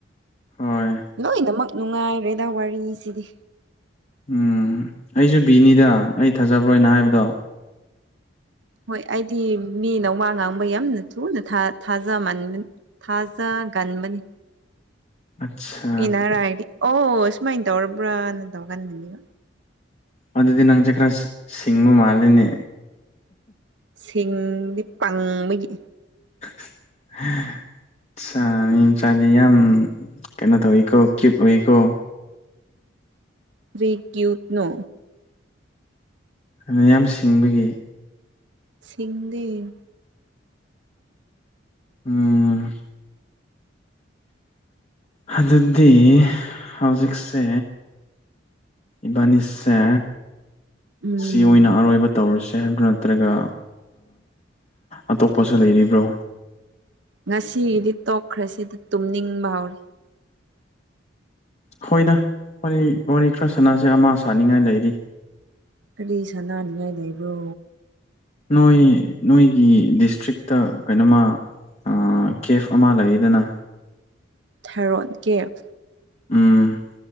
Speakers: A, on the left; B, on the right.
A: ꯍꯣꯏ
B: ꯂꯣꯏꯅꯃꯛ ꯅꯨꯡꯉꯥꯏꯔꯦꯗ ꯋꯥꯔꯤꯁꯤꯗꯤ
A: ꯎꯝ ꯑꯩꯁꯨ ꯕꯤꯅꯤꯗ ꯑꯩ ꯊꯥꯖꯕ꯭ꯔꯣ ꯑꯩꯅ ꯍꯥꯏꯕꯗꯣ
B: ꯍꯣꯏ ꯑꯩꯗꯤ ꯃꯤꯅꯧ ꯃꯥ ꯉꯥꯡꯕꯩ ꯌꯥꯝꯅ ꯊꯨꯅ ꯊꯥꯖ ꯃꯥꯟꯕ ꯊꯥꯖꯒꯟꯕꯅꯤ
A: ꯑꯆꯥ
B: ꯏꯅꯔꯥꯗꯤ ꯑꯣ ꯁꯨꯃꯥꯏꯅꯗꯧꯔꯛꯕ꯭ꯔꯥꯅ ꯇꯧꯍꯟꯒꯅꯤꯕ
A: ꯑꯗꯨꯗꯤ ꯅꯪꯁꯦ ꯈꯔ ꯁꯤꯡꯕ ꯃꯥꯂꯦꯅꯦ
B: ꯁꯤꯡꯗꯤ ꯄꯪꯕꯒꯤ
A: <unintelligible> ꯃꯤ ꯃꯆꯥꯗꯤ ꯌꯥꯝ ꯀꯩꯅꯣ ꯇꯧꯋꯤꯀꯣ ꯀ꯭ꯌꯨꯠ ꯑꯣꯏꯀꯣ
B: ꯀꯔꯤ ꯀ꯭ꯌꯨꯠꯅꯣ
A: ꯅꯪ ꯌꯥꯝ ꯁꯤꯡꯕꯒꯤ
B: ꯁꯤꯡꯗꯦ
A: ꯎꯝ ꯑꯗꯨꯗꯤ ꯍꯧꯖꯤꯛꯁꯦ ꯏꯕꯥꯅꯤꯁꯦ
B: ꯎꯝ
A: ꯁꯤ ꯑꯣꯏꯅ ꯑꯔꯣꯏꯕ ꯇꯧꯔꯁꯦ ꯑꯗꯨ ꯅꯠꯇ꯭ꯔꯒ ꯑꯇꯣꯞꯄꯁꯨ ꯂꯩꯔꯤꯕ꯭ꯔꯣ
B: ꯉꯁꯤꯒꯤꯗꯤ ꯇꯣꯛꯈ꯭ꯔꯁꯦ ꯇꯨꯝꯅꯤꯡꯕ ꯍꯧꯔꯦ
A: ꯍꯣꯏꯗ ꯋꯥꯔꯤ ꯋꯥꯔꯤ ꯈꯔ ꯁꯥꯟꯅꯁꯦ ꯑꯃ ꯁꯥꯅꯤꯡꯉꯥꯏ ꯂꯩꯔꯤ
B: ꯀꯔꯤ ꯁꯥꯟꯅꯅꯤꯉꯥꯏ ꯂꯩꯕ꯭ꯔꯣ
A: ꯅꯣꯏ ꯅꯣꯏꯒꯤ ꯗꯤꯁꯇ꯭ꯔꯤꯛꯇ ꯀꯩꯅꯣꯃ ꯑꯥ ꯀꯦꯐ ꯑꯃꯥ ꯂꯩꯗꯅ
B: ꯊꯥꯔꯣꯟ ꯀꯦꯞ
A: ꯎꯝ